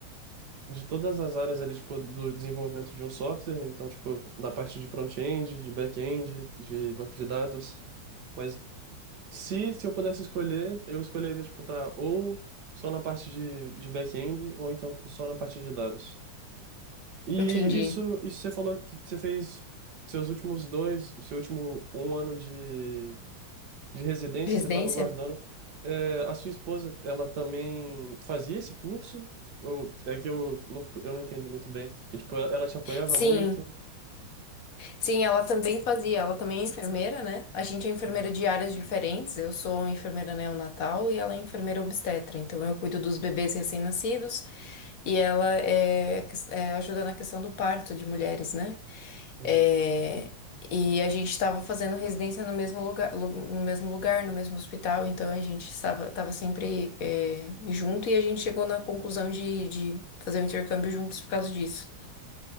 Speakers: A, on the right; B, on the left.
A: de todas as áreas ali, tipo, do desenvolvimento de um software, então, tipo, da parte de front-end, de back-end, de banco de dados. Mas se, se eu pudesse escolher, eu escolheria, tipo, tá ou só na parte de, de back-end, ou então, tipo, só na parte de dados. E
B: entendi.
A: isso, isso você falou que você fez seus últimos dois, o seu último um ano de de residência,
B: Residência?
A: você estava guardando. É, a sua esposa, ela também fazia esse curso? Ou é que eu não, fico- eu não entendi muito bem. E, tipo, ela ela te apoiava
B: Sim.
A: muito?
B: Sim, ela também fazia, ela também é enfermeira, né? A gente é enfermeira
A: Uhum,
B: de áreas diferentes, eu sou enfermeira neonatal e ela é enfermeira obstetra, então eu cuido dos bebês recém-nascidos e ela é, é, ajuda na questão do parto de mulheres, né?
A: uhum,
B: É, e a gente estava fazendo residência no mesmo lugar, lu- no mesmo lugar, no mesmo hospital, então a gente estava tava sempre é, junto e a gente chegou na conclusão de, de fazer o intercâmbio juntos por causa disso.